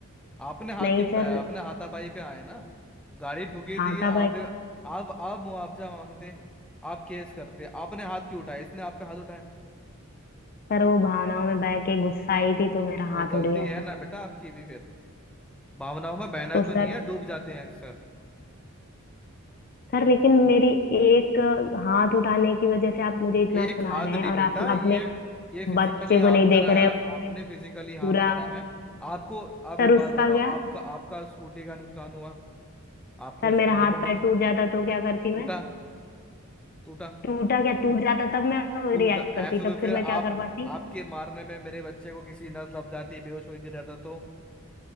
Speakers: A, in the centre; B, on the left.
A: आपने हाथ
B: नहीं
A: क्यों उठाया
B: सर
A: आपने हाथापाई पे आए ना गाड़ी ठुकी
B: हाँ
A: थी आप
B: था भाई
A: आप आप मुआवजा मांगते आप केस करते आपने हाथ क्यों उठाया इसने आप पे हाथ उठाया
B: सर वो भावनाओं में बह के गुस्सा आई थी तो मेरा
A: तो
B: हाथ
A: गलती
B: उठ गया
A: है
B: सर
A: ना बेटा आपकी भी फिर भावनाओं में बहना
B: तो सर
A: तो नहीं है डूब जाते हैं अक्सर
B: सर लेकिन मेरी एक अ, हाथ उठाने की वजह से आप मुझे इतना
A: एक
B: सुना
A: हाथ
B: रहे हैं
A: नहीं
B: और
A: बेटा
B: आप
A: ये
B: अपने
A: ये फिजिकली
B: बच्चे
A: हार्म
B: को नहीं देख
A: करा
B: रहे
A: है
B: हैं उसने
A: आपने फिजिकली हार्म
B: पूरा
A: करा है आपको आप
B: सर
A: एक बात
B: उसका
A: बताओ
B: क्या
A: आपका आपका स्कूटी का नुकसान हुआ आपको
B: सर
A: स्कूटी
B: मेरा हाथ
A: के नुकसान
B: पैर टूट जाता तो क्या करती
A: टूटा
B: मैं
A: टूटा
B: टूटा क्या टूट जाता तब मैं
A: टूट
B: रिएक्ट
A: जा
B: करती
A: ऐसे तो
B: तब
A: फिर
B: फिर मैं
A: आप
B: क्या कर पाती
A: आपके मारने में मेरे बच्चे को किसी नस दब जाती बेहोश होकर गिर जाता तो